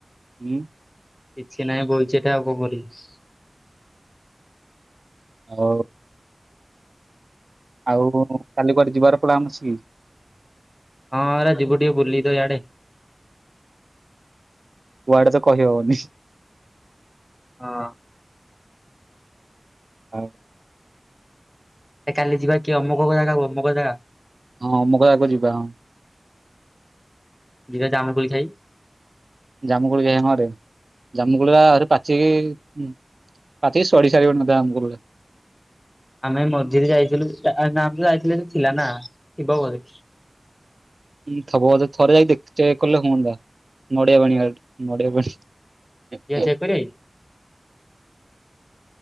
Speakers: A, on the right; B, on the left.
A: ହୁଁ।
B: କିଛି ନାହିଁ ବାଇଚି ଏଠା ଆଉ କଣ କରିବି।
A: ଆଉ। ଆଉ କାଲି କୁଆଡ଼େ ଯିବାର ପ୍ଲାନ୍ ଅଛି କି?
B: ହଁ ହେରା ଯିବୁ ଟିକେ ବୁଲିତ ଇଆଡ଼େ।
A: କୁଆଡ଼େତ କହିହବନି।
B: ହଁ।
A: ଆଉ।
B: ଏକାଲି ଯିବାକି ଅମକ ଜାଗାକୁ ଅମକ ଜାଗା।
A: ହଁ ଅମକ ଜାଗାକୁ ଯିବା ହଁ।
B: ଯିବା ଜାମୁକୋଳି ଖାଇ?
A: ଜାମୁକୁୁଳି ଖାଇ ହଁରେ ଜାମୁକୋଳିପା ଆହୁରି ପାଚିକି ପାଚିକି ଶଢ଼ୀ ସାରିବଣି ବୋଧେ <unintelligible>
B: ଆମେ ମଝିରେ ଯାଇଥିଲୁ ନା ଆମେଯୋ ଯାଇଥିଲେ ସେଥିଲାନା ଥିବ ବୋଧେ।
A: ହଁ ଥବ ବଧେ ଥରେ ଯାଇକି ଦେଖ ଚେକ୍ କଲେ ହୁଅନ୍ତା ନଡ଼ିଆ ପାଣି ନଡ଼ିଆ ବାଡ଼ି। <unintelligible>
B: ଇଏ ଚେକ୍ <inaudible>